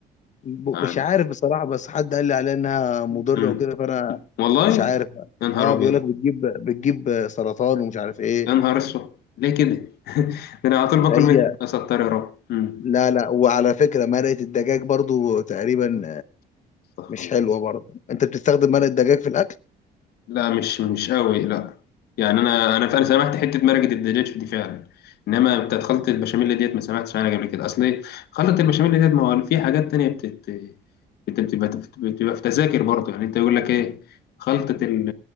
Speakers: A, on the left; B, on the left.
A: ب-
B: يعني
A: مش عارف بصراحه بس حد قال لي عليها انها مضره
B: مم.
A: وكده فانا
B: والله
A: مش عارف
B: يا نهار
A: اه بيقول
B: أبيض
A: لك بتجيب بتجيب سرطان ومش عارف ايه
B: يا نهار أسود ليه كده؟ <laughs> ده أنا على طول باكل
A: هي
B: منها أستر يا رب مم.
A: لا لا وعلى فكره مرقه الدجاج برضو تقريبا
B: استغفر
A: مش
B: الله
A: حلوة برضه انت بتستخدم مرق الدجاج في الاكل
B: لا مش مش قوي لا يعني انا انا فعلا سمعت حته مرقه الدجاج دي فعلا انما بتاعت خلطه البشاميل ديت ما سمعتش عنها قبل كده اصل إيه؟ خلطه البشاميل ديت ما هو في حاجات تانية بتت... بت- بتبقى بتبقى في تذاكر برضه يعني انت يقول لك ايه خلطه ال...